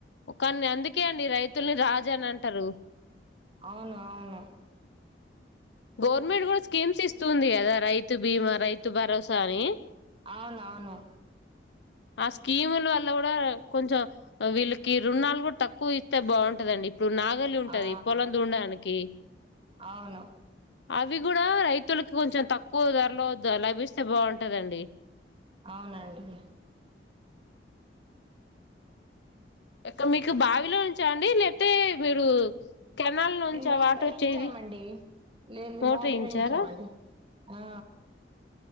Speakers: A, on the left (about 75°); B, on the right (about 30°).
A: ఒకన్ని అందుకే అండి రైతుల్ని రాజు అని అంటారు
B: అవును అవును
A: గవర్నమెంట్ కూడా స్కీమ్స్ ఇస్తుంది కదా రైతు బీమా రైతు భరోసా అని
B: అవున అవును
A: ఆ స్కీముల వల్ల కూడా కొంచెం వీళ్ళకి రుణాలు కూడా తక్కువ ఇస్తే బాగుంటదండి ఇప్పుడు నాగల్లి ఉంటది
B: ఆ
A: పొలం దుంనడానికి
B: అవును
A: అవి కూడా రైతులకి కొంచెం తక్కువ ధరలో లభిస్తే బాగుంటదండి
B: అవునండి
A: ఇక్క మీకు బావిలోచ అండి లేపోతే మీరు కెనాల్ నుంచా
B: మీ మోటార్
A: వాటర్
B: వేయించామండి
A: వచ్చేది
B: లేదు
A: మోటర్
B: మోటార్
A: వేయించారా
B: వేయించామండి ఆ